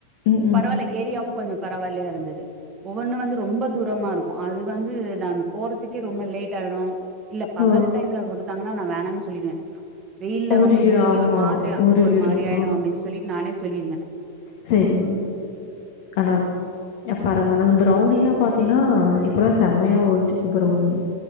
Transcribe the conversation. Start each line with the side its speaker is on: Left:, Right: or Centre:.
Left: ம் ம்
Right: பரவால்ல ஏரியாவு கொஞ்சோ பரவால்லயா இருந்துது ஒவ்வொன்னு வந்து ரொம்ப தூரமா இருக்கு அது வந்து நான் போறதுக்கே ரொம்ப லேட் ஆய்டு இல்ல பகல்
Left: ஓ
Right: டைம்ல விடுத்தாங்கனா நா வேணாண்னு சொல்லிடுவே வெயில்ல வந்து
Left: உருகிரும்
Right: உருகி
Left: ஆமா
Right: ஒரு மாதிரி
Left: உருகிரும்
Right: ஒரு மாரி ஆய்டும் அப்டின் சொல்லி நானே சொல்லிறுவே
Left: சேரிங் கணா பரவால்ல அந்த ப்ரௌனிலா பாத்தீங்னா அ இப்பல்லா செமையா ஓடிட்டு இருக்கு ப்ரௌனி